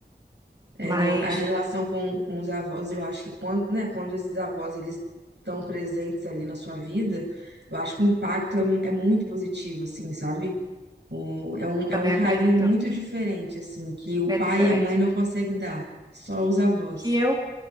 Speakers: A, on the right (about 80°); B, on the right (about 25°).
A: É,
B: Mas
A: não, a relação com, com os avós, eu acho que quando, né, quando esses avós eles estão presentes ali na sua vida, eu acho que o impacto é, é muito positivo, assim, sabe? O, é um,
B: também
A: é um carinho
B: acredito,
A: muito diferente, assim, que o
B: é
A: pai
B: diferente.
A: e a mãe não conseguem dar, só os avós.
B: Que eu